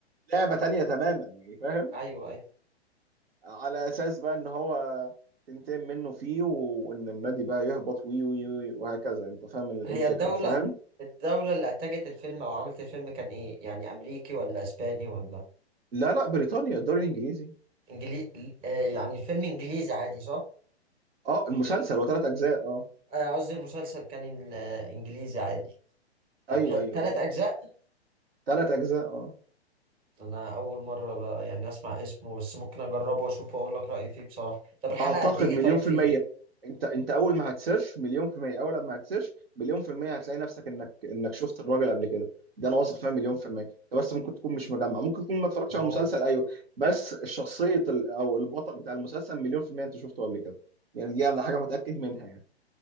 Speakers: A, on the right (about 60°); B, on the right (about 15°).
A: لعبه تانيه تماما يعني فاهم
B: ايوه ايوه
A: على اساس بقى ان هو تنتقم منه فيه وان النادي بقى يهبط وي وي وي وهكذا انت فاهم ال-
B: هي
A: الفكره
B: الدوله
A: فاهم
B: الدوله اللي انتجت الفيلم او عملت الفيلم كان ايه يعني امريكي ولا اسباني ولا
A: لا لا بريطانيا الدوري الانجليزي
B: انجلي آه يعني الفيلم انجليزي عادي صح
A: اه المسلسل وثلاث اجزاء اه
B: آه، قصدي المسلسل كان إن- آه، انجليزي عادي طب
A: ايوه
B: ح...
A: ايوه
B: تلات
A: اه
B: اجزاء
A: ثلاث اجزاء اه
B: انا اول مره بقى يعني اسمع اسمه بس ممكن اجربه واشوفه واقول لك رايي فيه بصراحه طب الحلقه
A: اعتقد
B: قد ايه
A: مليون
B: طيب فيه
A: في المية انت انت اول ما هتسيرش مليون في المية اول ما هتسيرش مليون في المية هتلاقي نفسك انك انك شفت الراجل قبل كده ده انا واثق فيها مليون في المية انت بس ممكن تكون مش مجمع ممكن تكون ما اتفرجتش
B: ممكن
A: على المسلسل ايوه بس الشخصية ال- او البطل بتاع المسلسل مليون في المية انت شفته قبل كده يعني دي حاجة متأكد منها يعني